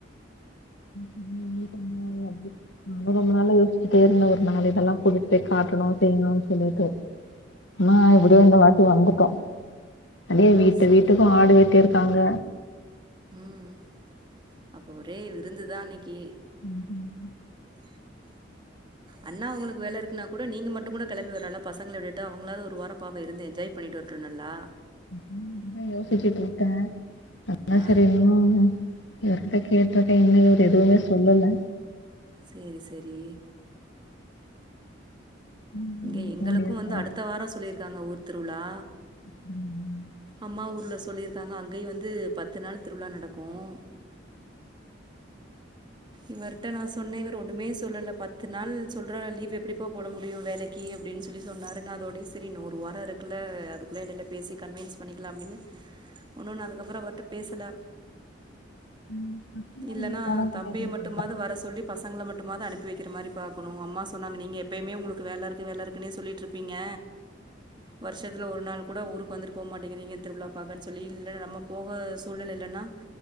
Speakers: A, on the left; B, on the right.
A: விடிய விடிய ண்ணுவாங்க அது உம் ரொம்ப நாளு யோசிச்சுட்டே இருந்தே ஒரு நாள் இதெல்லா கூட்டிட்டு போய் காட்டணு செய்யணுனு சொல்லிட்டு ஆமா இப்டியே இந்த வாட்டி வந்துட்டோ அடியே வீட்டு
B: சேரி
A: வீட்டுக்கு ஆடு வெட்டியிருக்காங்க
B: உம் அப்போ ஒரே விருந்துதா அன்னைக்கு
A: உம் ம்
B: அண்ணா அவங்களுக்கு வேல இருக்குனா கூட நீங்க மட்டு கூட கிளம்பி வரலால பசங்கள விட்டுட்டு அவுங்களாது ஒரு வாரோ பாவோ இருந்து என்ஜாய் பண்ணிட்டு வொர்கேனல்லா
A: ம் நா யோசிச்சுட்டு இருக்கேன் அதா
B: ஆ
A: சரி இன்னும். இவர்கிட்ட கேட்ருக்கேன் இன்னும் இவுரு எதுவுமே சொல்லல
B: சேரி சேரி
A: ம்
B: இங்க எங்களுக்கும்
A: போலியாப்பா
B: வந்து அடுத்த வாரோம் சொல்லியிருக்காங்க ஊர் திருவுழா
A: ம்
B: அம்மா ஊருல சொல்லியிருக்காங்க அங்கயும் வந்து பத்து நாள் திருவுழா நடக்கும் இவர்ட்ட நா சொன்னே இவரு ஒன்னுமே சொல்லல பத்து நாள் சொல்ற லீவ் எப்டிப்பா போட முடியும் வேலைக் கே அப்டின் சொல்லி சொன்னாரு நா அதோடே சரி இன்னொ ஒரு வாரோ இருக்குக்கல அதுக்குள்ள எடைல பேசி கன்வின்ஸ் பண்ணிக்கலா அப்டின்னு ஒன்னு நா அதுக்கப்புரோ அவர்ட பேசல
A: ம், பத்து நாள்
B: இல்ன்னா
A: லீவ் போட முடியாதுல்ல
B: தம்பிய மட்டுமாது வர சொல்லி பசங்கள மட்டுமாது அனுப்பி வைக்கிற மாரி பாக்கணும் அம்மா சொன்னாங்க நீங்க எப்பயுமே ஒங்களுக்கு வேல இருக்கு வேலை இருக்குன்னே சொல்லிட்டுருப்பீங்க வருஷத்ல ஒரு நாள் கூட ஊருக்கு வந்துட்டு போ மாட்டேங்கிறீங்க திருவிழா பாக்கன் சொல்லி இல்ல நம்ம போக சூழ்நில இல்லன்னா